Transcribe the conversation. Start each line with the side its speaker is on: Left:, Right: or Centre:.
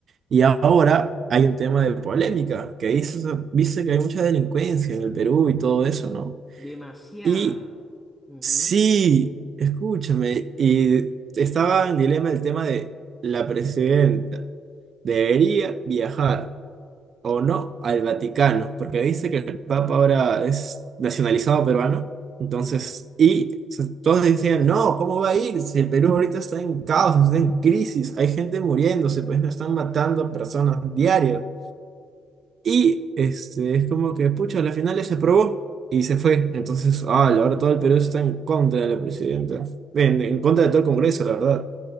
Right: Y ahora hay un tema de polémica, que dice, dice que hay mucha delincuencia en el Perú y todo eso, ¿no?
Centre: Demasiada.
Right: Y
Centre: Ujú.
Right: sí, escúchame, y estaba en dilema el tema de la presidenta, ¿debería viajar? o no al Vaticano, porque dice que el Papa ahora es nacionalizado peruano. Entonces,
Centre: Sí.
Right: y se- todos decían, no, ¿cómo va a ir? Si el Perú ahorita está en caos, está en crisis, hay gente muriéndose, pues no están matando a personas diario. Y este, es como que, pucha, a la final se aprobó y se fue. Entonces, ah, ahora todo el Perú está en contra de la presidenta, en, en contra de todo el Congreso, la verdad.